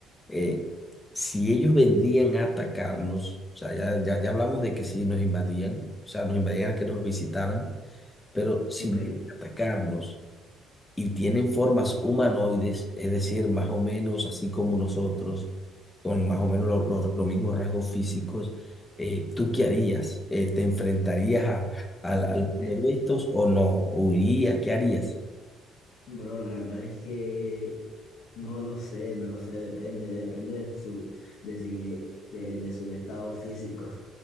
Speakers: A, on the left; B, on the left.
A: eh, si ellos vendrían a atacarnos, o sea, ya, ya, ya hablamos de que si nos invadían, o sea, nos invadían a que nos visitaran, pero si
B: Ok.
A: vienen a atacarnos y tienen formas humanoides, es decir, más o menos así como nosotros, con más o menos lo- lo- los mismos rasgos físicos, eh, ¿tú qué harías? Eh, ¿te enfrentarías a, a- a alguno
B: <laughs>
A: de estos o no? ¿Huirías? ¿Qué harías?
B: Bro, la verdad es que no lo sé, no lo sé, depende, depende de su, de si- de de su estado físico.